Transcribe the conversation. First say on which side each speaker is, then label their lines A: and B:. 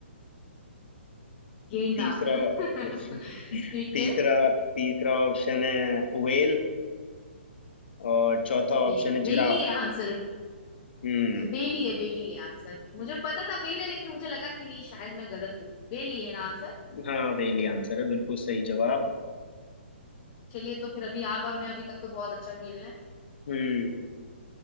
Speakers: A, on the left (about 35°); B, on the left (about 60°).
A: गेंडा
B: तीसरा <laughs>
A: <laughs> ठीक
B: तीसरा
A: है
B: तीसरा ऑप्शन है व्हेल और चौथा
A: ये
B: ऑप्शन है
A: रेली
B: जिराफ
A: है आंसर
B: हम्म
A: वेली है वेली है आंसर मुझे पता था वेल है लेकिन मुझे लगा कि नहीं शायद मैं गलत हूँ वेली है ना आंसर
B: हाँ व्हेल ही आंसर है बिल्कुल सही जवाब
A: चलिए तो फिर अभी आप और मैं अभी तक तो बहुत अच्छा खेल रहे हैं
B: हम्म